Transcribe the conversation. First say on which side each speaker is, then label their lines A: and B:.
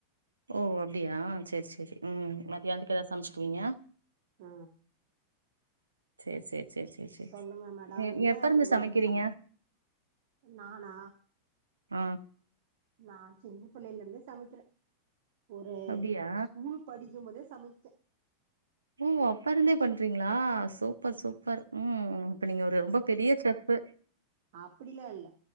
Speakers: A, on the right (about 75°); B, on the right (about 55°).
A: ஓ அப்டியா செர் சேரி ம் மத்தியானத்துக் எதாது சமச்சுக்குவீங்க
B: அ
A: சேர் சேர் சேர் சே
B: சொல்லுங்க மேடம்
A: ம்
B: என்ன
A: எப்பருந்து
B: நீங்க
A: சமக்கிறீங்க
B: நல்லா சம நானா
A: ஆ
B: நா சின்ன பிள்ளைல இருந்தே சமைக்கற ஒரு
A: அப்டியா
B: ஸ்கூல் படிக்கும்போதே சமைச்ச
A: ஓ அப்பா இருந்தே பண்றீங்ளா சூ சூப்பர் சூப்பர் ம் அப்ப நீங்க ஒரு ரொம்ப பெரிய செஃபு
B: அப்டிலா இல்ல